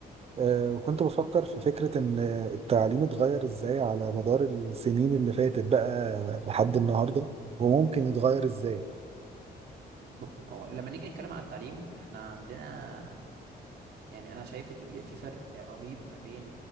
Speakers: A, on the right; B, on the right.
A: آه، وكنت بفكر في فكرة إن التعليم اتغير إزاي على مدار السنين اللي فاتت بقى لحد النهاردة وممكن يتغير إزاي
B: ب- هو لما نيجي نتكلم عن التعليم احنا عندنا يعني انا شايف اللي بيبقى في فرق رهيب ما بين